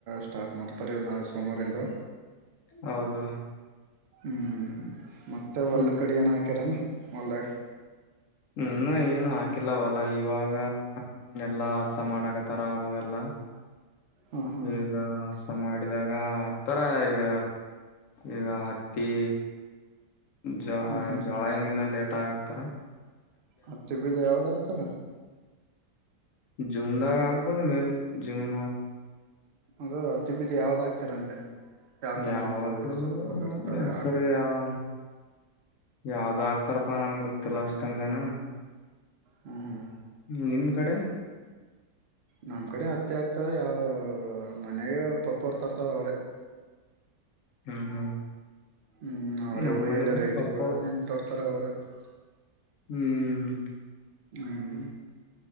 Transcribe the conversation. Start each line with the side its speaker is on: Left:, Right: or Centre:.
Right: ಸ್ಟಾರ್ಟ್ ಮಾಡ್ತಾರೆ ನಾಳೆ ಸೋಮಾರಿಂದ
Left: ಹೌದಾ
Right: ಹ್ಮಞೂ ಮತ್ತೆ ಹೊಲ್ದ
Left: ಹ್ಮ್
Right: ಕಡೆ ಏನು ಹಾಕ್ಯರ ಮಲ್ದಾಗ
Left: ಇನ್ನು ಏನು ಹಾಕಿಲ್ಲವಲ್ಲ ಇವಾಗ ಎಲ್ಲಾ ಹಸ ಮಾಡಕತಾರ ಅವಗೆಲ್ಲ
Right: ಹಾ ಹಾ
Left: ಈಗ ಹಸ ಮಾಡಿದಾಗ ತರ ಈಗ ಈಗ ಹತ್ತಿ ಜಾ
Right: ಹ್ಮ್ ಹ್ಮ್
Left: ಜಾಳ ಏನ ಇ ಲೇಟ್ ಆಗ ತ್ತರ
Right: ಹತ್ತೆ ಬಿದ ಯಾವದಾಗತರ
Left: ಜುಮದಾಗ ಆಾಗಬೋದು ಮೇ ಬಿ ಜುಮ
Right: ಹಗ ಅತ್ತು ಬೀಜ ಯಾವ್ದಾಗ್ತೀರ ಅಂದೆ ಯಾವ ಕಂಪ್ನಿದು
Left: ಯಾವದುೂ
Right: ಹೆಸರು ಯಾವ್ದ್ ಇರ್ತಾರೆ
Left: ಹೆಸರು ಯಾವ ಯಾವ್ದ ಆಗ್ತಾರಪ್ಪಾ ನನ್ಗೆ ಗೊತ್ತಿಲ್ಲ ಅಷ್ಟಂದೆ ಹ
Right: ಹ್ಮ್ ಹ್ಮ್
Left: ಹ್ಮ ನಿಮ್ ಕಡೆ
Right: ನಮ್ ಕಡೆ ಹತ್ತೆ ಆಗ್ತಾರ ಯಾವ ಮನೆಾಗ ಪಪ್ಪ ಹೊರ್ ತರ್ತಾರ ಅವ್ರೆ
Left: ಹ್ಮ್ ಹ್ಮ್
Right: ಹ್ಮ್ ಅವ್ರೇ
Left: ನಮ್
Right: ಹೋಗಿಯಲ್ಲ
Left: ಮನ
Right: ರಾಯಚೂರು
Left: ಪಪ್ಪ
Right: ನೀನ್ ತೋರ್ತಾರ ಅವ್ರರು ಹ
Left: ಹ್ಮ್
Right: ಹ್ಮ್